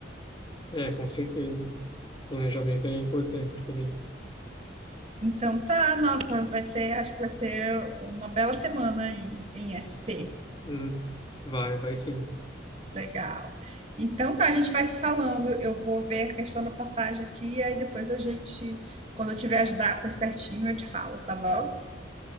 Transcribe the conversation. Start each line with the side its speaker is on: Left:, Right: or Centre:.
Left: é, com certeza. Planejamento é importante também.
Right: Então, tá, nossa, vai ser, acho que vai ser uma bela semana aí em SP.
Left: Uhum, vai, vai sim.
Right: Legal. Então, tá, a gente vai se falando. Eu vou ver a questão da passagem aqui, aí depois a gente, quando eu tiver as datas certinho, eu te falo, tá bom?